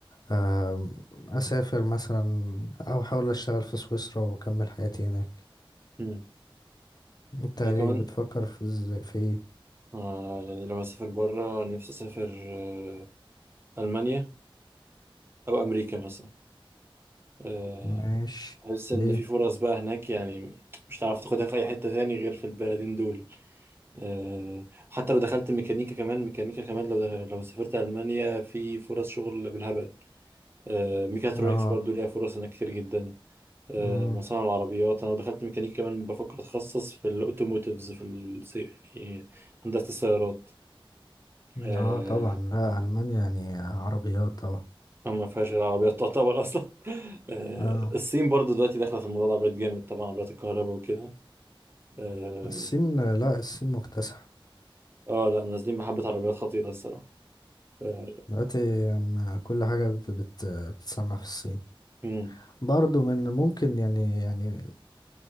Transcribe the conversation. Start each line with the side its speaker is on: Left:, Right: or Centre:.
Left: آه اسافر مثلا او احاول اشتغل في سويسرا واكمل حياتي هناك
Right: امم
Left: انت
Right: يعني
Left: ايه
Right: كمان
Left: بتفكر في ازاي في ايه
Right: آه يعني لو اسافر بره نفسي اسافر آه المانيا او امريكا مثلا آه
Left: ماشي
Right: احس
Left: ليه
Right: ان في فرص بقى هناك يعني مش هتعرف تاخدها في اي حته تاني غير في البلدين دول آه حتى لو دخلت ميكانيكا كمان ميكانيكا كمان لو دخل لو سافرت المانيا في فرص شغل بالهبل آه ميكاترونكس
Left: اه
Right: برضه ليها فرص هناك كتير جدا آه،
Left: امم
Right: مصانع العربيات انا دخلت ميكانيك كمان بفكر اتخصص في الاوتوموتيفز في الس- يعني هندسه السيارات آه،
Left: اه طبعا لا المانيا يعني عربيات طبعا
Right: ما فيهاش غير عربيات تعتبر اصلا <laughs> آه،
Left: اه
Right: الصين برضو دلوقتي داخله في الموضوع ده عربيات جامد طبعا عربيات الكهرباء وكده اه
Left: الصين لا الصين مكتسحة
Right: آه، لا نازلين بحبه عربيات خطيره الصراحه آه،
Left: دلوقتي م- كل حاجة بت- بت- بتتصنع في الصين
Right: مم،
Left: برضو من ممكن يعني يعني